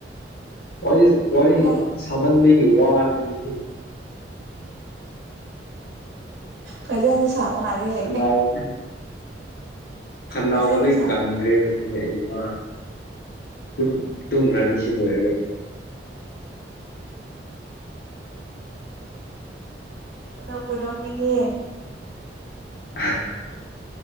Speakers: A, on the left; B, on the right.
A: ꯋꯥꯔꯤ ꯋꯥꯔꯤ
B: ꯅꯪ
A: ꯁꯥꯃꯟꯕꯤꯒꯤ ꯋꯥꯔꯦ ꯉꯥꯁꯤꯗꯤ꯫
B: ꯐꯖꯅ ꯁꯥꯕ ꯃꯥꯜꯂꯦꯍꯦ꯫
A: <unintelligible> ꯈꯅꯥꯎꯒ
B: ꯐꯖꯅ
A: ꯂꯣꯏ
B: ꯁꯥ
A: ꯀꯪꯈ꯭ꯔꯦ ꯉꯁꯤꯗꯤ ꯑꯩ ꯋꯔꯦ꯫ ꯇꯨꯝ ꯇꯨꯝꯈ꯭ꯔꯅꯤ ꯁꯤ ꯂꯣꯏꯔꯒ ꯑꯩꯁꯨ꯫
B: ꯅꯣꯛꯄꯨ ꯅꯣꯛꯅꯤꯡꯉꯤꯍꯦ꯫
A: <unintelligible>